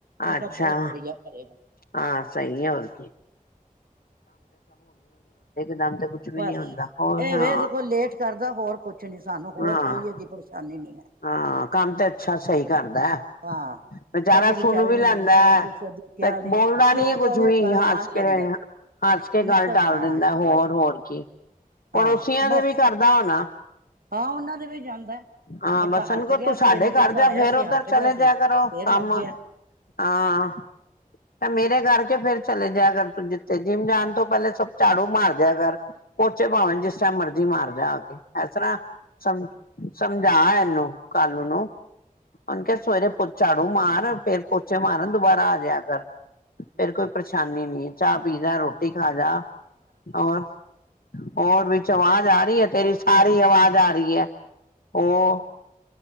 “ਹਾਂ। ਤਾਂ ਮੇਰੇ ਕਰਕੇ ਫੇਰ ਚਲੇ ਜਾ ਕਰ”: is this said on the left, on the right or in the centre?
Left